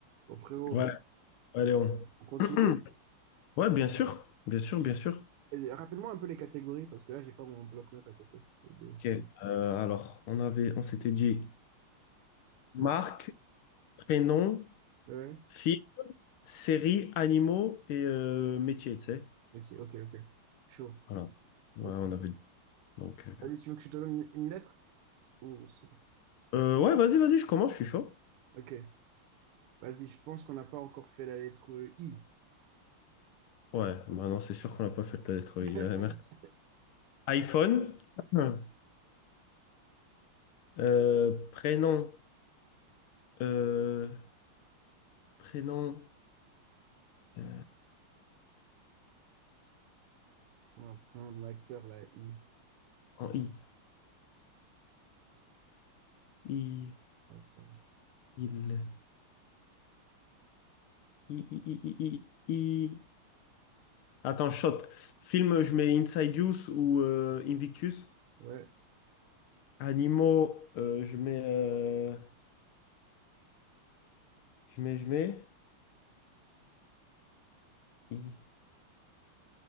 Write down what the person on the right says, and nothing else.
Bon, frérot,
on continue.
Et Rappelle-moi un peu les catégories, parce que là, j'ai pas mon bloc-notes à côté. J'ai oublié.
Marque,
ouais.
métier. Ok, ok. Chaud.
Ok.
Vas-y, tu veux que je te donne une une lettre? Ou... ce-
Ok. Vas-y, je pense qu'on n'a pas encore fait la lettre I.
<laughs>
On va prendre l'acteur, la I.
Attends.
Ouais.